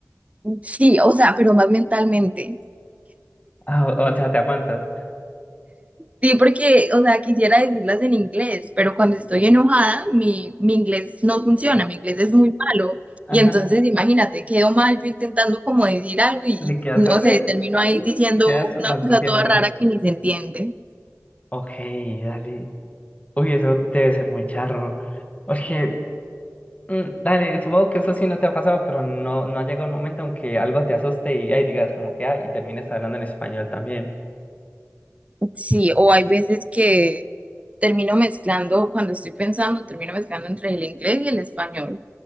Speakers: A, on the right; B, on the left.
A: Sí, o sea, pero más mentalmente.
B: Ah, o, o sea, te aguantas.
A: Sí, porque, o sea, quisiera decirlas en inglés, pero cuando estoy enojada, mi, mi inglés no funciona, mi inglés es muy malo.
B: Ajá,
A: Y entonces, imagínate, quedo mal yo intentando como decir algo y,
B: te quedas,
A: y no
B: con-
A: sé, termino ahí diciendo
B: quedas
A: una
B: balbuceando.
A: cosa toda rara que ni se entiende.
B: Ok, dale. Uy, eso debe ser muy charro. Oye, Mm, Dale, supongo que eso sí no te ha pasado, pero no, no ha llegado el momento en que algo te asuste y ahí digas como que, ah, y termines hablando en español también.
A: Sí, o hay veces que termino mezclando, cuando estoy pensando, termino mezclando entre el inglés y el español.